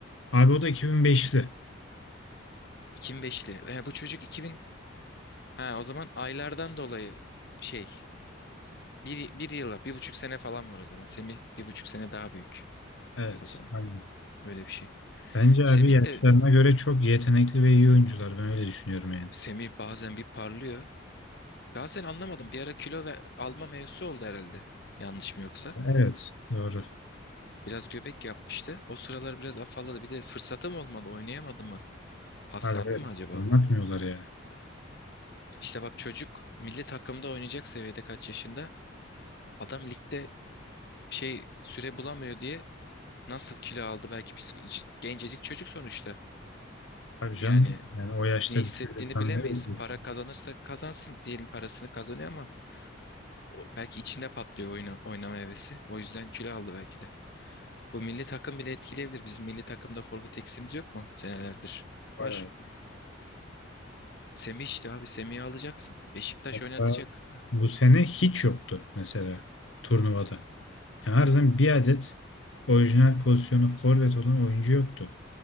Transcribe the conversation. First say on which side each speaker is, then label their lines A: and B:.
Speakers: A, on the left (about 80°); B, on the left (about 55°).
A: Abi o da 2005'li.
B: 2005'li. E, bu çocuk 2000 ha, o zaman aylardan dolayı şey Bir, bir yıla, bir buçuk sene falan var o zaman. Semih bir buçuk sene daha büyük
A: Evet.
B: o zaman.
A: Aynen.
B: Öyle bir şey.
A: Bence
B: Semih
A: abi yaşlarına
B: de
A: göre çok yetenekli ve iyi oyuncular. Ben öyle düşünüyorum yani.
B: Semih bazen bir parlıyor. Bazen anlamadım. Bir ara kilo ve alma mevzusu oldu herhalde. Yanlış mı yoksa?
A: Evet. Doğru.
B: Biraz göbek yapmıştı. O sıralar biraz afalladı. Bir de fırsatı mı olmadı? Oynayamadı mı? Paslandı
A: Abi evet.
B: mı acaba?
A: Anlatmıyorlar ya.
B: İşte bak çocuk milli takımda oynayacak seviyede kaç yaşında? Adam ligde şey süre bulamıyor diye nasıl kilo aldı? Belki psiko- c- gencecik çocuk sonuçta.
A: Tabii canım.
B: Yani
A: Yani o yaşta
B: ne hissettiğini
A: bir çocuktan
B: bilemeyiz.
A: ne bekliyorsun?
B: Para kazanırsa kazansın diyelim parasını kazanıyor ama o, belki içinde patlıyor oyna, oynama hevesi. O yüzden kilo aldı belki de. Bu milli takım bile etkileyebilir. Bizim milli takımda forvet eksiğimiz yok mu senelerdir?
A: Var
B: Var.
A: abi.
B: Semih işte abi Semih'i alacaksın. Beşiktaş
A: Hatta
B: oynatacak.
A: bu sene hiç yoktu mesela turnuvada. Yani harbiden bir adet orijinal pozisyonu forvet olan oyuncu yoktu.